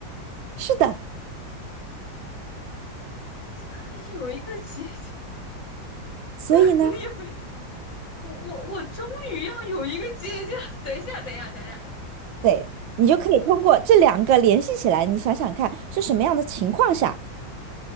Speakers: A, on the right (about 85°); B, on the left (about 75°).
A: 是的。
B: 家里有一个姐姐，
A: 所以呢？
B: 家里有一我我我终于要有一个姐姐！<laughs> 等一下，等一下，等一下，
A: 对，你就可以通过这两个联系起来，你想想看是什么样的情况下